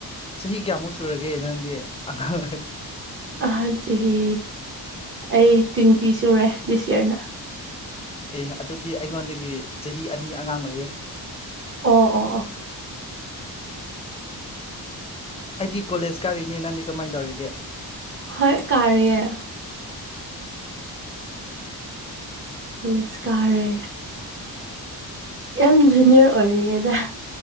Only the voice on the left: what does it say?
ꯆꯍꯤ ꯀꯌꯥꯃꯨꯛ ꯁꯨꯔꯒꯦ ꯅꯪꯗꯤ ꯑꯉꯥꯡ
ꯑꯦ ꯑꯗꯨꯗꯤ ꯑꯩꯉꯣꯟꯗꯒꯤ ꯆꯍꯤ ꯑꯅꯤ ꯑꯉꯥꯡ ꯑꯣꯏꯌꯦ
ꯑꯩꯗꯤ ꯀꯣꯂꯦꯖ ꯀꯥꯔꯤꯅꯦ ꯅꯪꯗꯤ ꯀꯃꯥꯏ ꯇꯧꯔꯤꯒꯦ